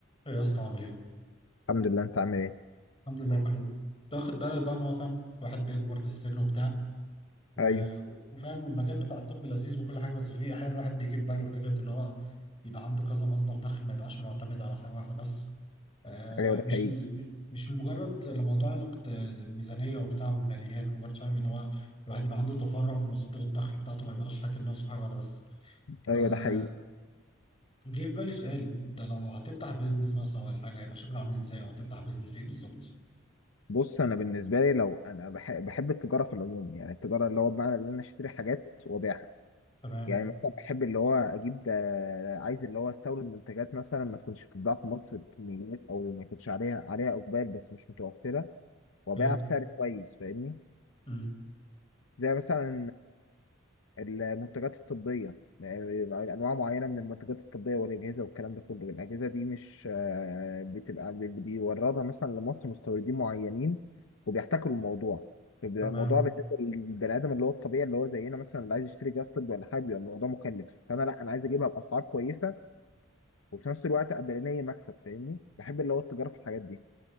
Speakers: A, on the left (about 25°); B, on the left (about 75°).
A: ايه يا اسطى عامل ايه؟
B: الحمد لله انت عامل ايه
A: الحمد لله بخير انت واخد بالك بقى ان هو فاهم الواحد بيكبر في السن وبتاع و...
B: ايوه
A: وفاهم والمجال بتاع الطب لذيذ وكل حاجه بس فيه احيانا الواحد بيجي في باله فكره ان هو يبقى عنده كذا مصدر دخل ما يبقاش معتمد على حاجه واحده بس آه
B: ايوه ده
A: مش
B: حقيقي
A: ل... مش مجرد لموضوع الاقت- الميزانيه وبتاع والماليات مجرد فاهم ان هو الواحد يبقى عنده تفرع في مصادر الدخل بتاعته ما يبقاش حاكم نفسه بحاجه واحده بس
B: ايوه
A: فجه
B: ده حقيقي
A: في بالي سؤال انت لو هتفتح بيزنس مثلا ولا حاجه يبقى شكله عامل ازاي او هتفتح بيزنس ايه بالظبط؟
B: بص انا بالنسبه لي لو انا بح- بحب التجاره في العموم يعني التجاره اللي هو بمعنى ان انا اشتري حاجات وابيعها
A: تمام
B: يعني مثلا بحب اللي هو اجيب آه، عايز اللي هو استورد منتجات مثلا ما تكونش بتتباع في مصر بكميات او ما يكونش عليها عليها اقبال بس مش متوفره وابيعها
A: اوكي
B: بسعر كويس فاهمني
A: مم.
B: زي مثلا المنتجات الطبية يعني أنواع معينة من المنتجات الطبية والأجهزة والكلام ده كله الأجهزة دي مش آه، بتبقى اللي بيوردها مثلا لمصر مستوردين معينين وبيحتكروا الموضوع بيبقى
A: تمام
B: الموضوع بالنسبة للبني آدم اللي هو الطبيعي اللي هو زينا مثلا اللي عايز يشتري جهاز طبي ولا حاجة بيبقى الموضوع مكلف فأنا لأ أنا عايز أجيبها بأسعار كويسة وفي نفس الوقت أبقى ليا مكسب فاهمني بحب اللي هو التجارة في الحاجات دي